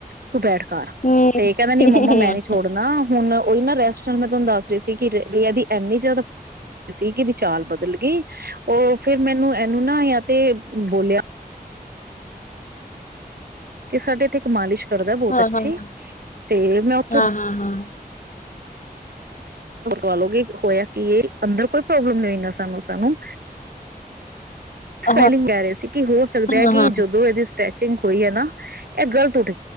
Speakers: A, on the right (about 80°); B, on the left (about 55°).
A: ਤੂ ਬੈਠ। ਘਰ
B: ਹੂੰ
A: ਤੇ ਕਹਿੰਦਾ ਨੀ ਮੰਮਾ ਮੈਂ
B: ਅੱਛਾ
A: ਨੀ ਛੋੜਨਾ ਹੁਣ ਓਹੀ ਨਾ ਰੈਸਟ ਮੈਂ ਤੁਹਾਨੂੰ ਦੱਸ ਰਹੀ ਸੀ ਕਿ ਬਈ ਇਹਦੀ ਇੰਨੀ ਜ਼ਿਆਦਾ ਸੀ ਕਿ ਇਹਦੀ ਚਾਲ ਬਦਲ ਗਈ ਉਹ ਫੇਿਰ ਮੈਨੂੰ ਇਹਨੂੰ ਨਾ ਯਾ ਤੇ ਬੋਲਿਆ ਸਾਡੇ ਇੱਥੇ ਇੱਕ ਮਾਲਿਸ਼ ਕਰਦਾ ਏ ਬਹੁਤ
B: ਹਾਂ-ਹਾਂ-ਹਾਂ
A: ਅੱਛੀ ਤੇ ਮੈਂ ਉੱਥੋਂ
B: ਹਾਂ-ਹਾਂ-ਹਾਂ
A: ਵਾ ਲਓਗੇ ਹੋਇਆ ਕੀ ਏ ਅੰਦਰ ਕੋਈ ਪ੍ਰੋਬਲਮ ਨਹੀਂ ਹੋਈ ਨਸਾਂ ਨੁਸਾਂ ਨੂੰ। ਸਵੈਲਿੰਗ
B: ਹਾਂ
A: ਕਹਿ ਰਹੇ ਸੀ ਕਿ ਹੋ ਸਕਦਾ
B: ਹਾਂ-ਹਾਂ
A: ਹੈ ਕਿ ਜਦੋਂ ਇਹਦੀ ਸਟੈਚ ਕੋਈ ਹੈ ਨਾ ਇਹ ਗਲਤ ਉਠ